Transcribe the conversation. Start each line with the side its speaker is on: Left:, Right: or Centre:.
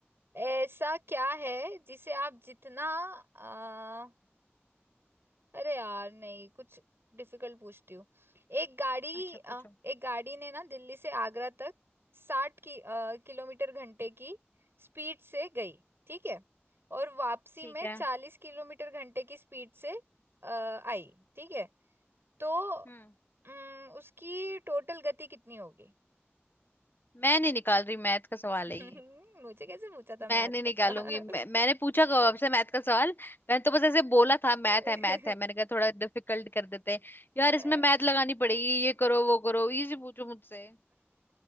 Right: ऐसा क्या है जिसे आप जितना आ, अरे यार नहीं कुछ डिफिकल्ट पूछती हूँ एक गाड़ी
Left: अच्छा
Right: आ,
Left: पूछो
Right: एक गाड़ी ने ना दिल्ली से आगरा तक साठ की आ, किलोमीटर घंटे की स्पीड से गई ठीक है और वापसी
Left: ठीक
Right: में
Left: है
Right: चालीस किलोमीटर घंटे की स्पीड से आ, आई ठीक है तो
Left: हम्म
Right: उम, उसकी टोटल गति कितनी होगी
Left: मैं नहीं निकाल रही मैथ का सवाल
Right: <laughs>
Left: है ये
Right: मुझे कैसे पूछा था मैथ
Left: मैं नहीं निकालूंगी
Right: का सवाल?
Left: मैं, मैंने पूछा कब आपसे मैथ का सवाल मैंने तो बस ऐसे बोला था मैथ
Right: <laughs>
Left: है मैथ है मैंने कहा थोड़ा डिफिकल्ट कर देते हैं यार
Right: <laughs>
Left: इसमें मैथ लगानी पड़ेगी ये करो वो करो इजी पूछो मुझसे